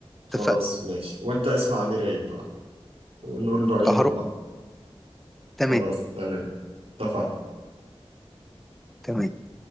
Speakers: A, on the right; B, in the centre.
A: خلاص
B: اتفقنا
A: ماشي وانت اسمع امير عيد بقى ونقول راينا
B: هروح
A: لبعض
B: تمام
A: خلاص تمام اتفقنا
B: تمام